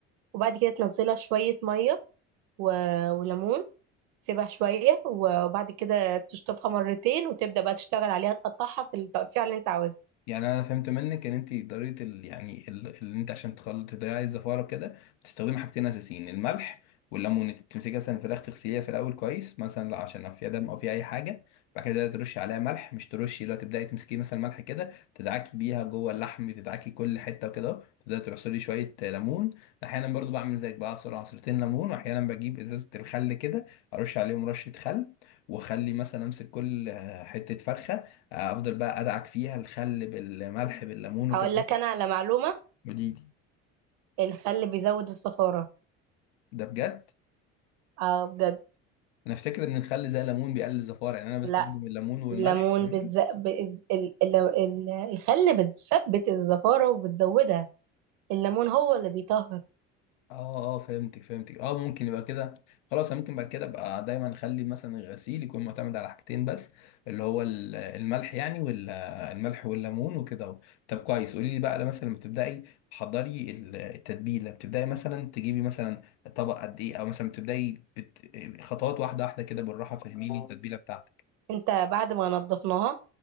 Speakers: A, on the right; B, on the left.
A: وبعد كده تنزلها في شويه ميه و... وليمون سيبها شوية وبعد كده تشطفها مرتين وتبدأ بقى تشتغل عليها تقطعها في التقطيع اللي انت عاوزها
B: يعني انا فهمت منك ان انت طريقه ال... يعني ال- اللي انت عشان تخلط تضيعي الزفاره كده بتستخدمي حاجتين اساسيين الملح والليمون انت بتمسكي مثلا الفراخ تغسليها في الاول كويس مثلا لا عشان لو فيها دم او فيها اي حاجه بعد كده ترشي عليها ملح مش ترشي لو تبداي تمسكي مثلا ملح كده تدعكي بيها جوه اللحم تدعكي كل حته وكده تبداي تعصري شويه ليمون احيانا برضو بعمل زيك بعصر عصرتين ليمون واحيانا بجيب ازازه الخل كده ارش عليهم رشه خل واخلي مثلا امسك كل آه، حته فرخه افضل بقى ادعك فيها الخل بالملح بالليمون وكده
A: هقول لك انا على معلومة
B: ودي دي
A: الخل بيزود الصفارة
B: ده بجد
A: اه بجد
B: انا افتكر ان الخل زي الليمون بيقلل الزفاره يعني انا بستخدم
A: لا
B: الليمون والملح
A: الليمون
B: تمام
A: بتز... ب... ال... ال... ال... الخل بتثبت الزفارة وبتزودها الليمون هو اللي بيطهر
B: اه اه فهمتك فهمتك اه ممكن يبقى كده خلاص أنا ممكن بعد كده ابقى دايما اخلي مثلا الغسيل يكون معتمد على حاجتين بس اللي هو ال- الملح يعني والملح والليمون وكده اهو طب كويس قولي لي بقى لما مثلا لما تبداي تحضري ال- التتبيله بتبداي مثلا تجيبي مثلا طبق قد ايه او مثلا بتبداي بت... خطوات واحده واحده كده بالراحه فهميني التتبيله بتاعتك
A: انت بعد ما نضفناها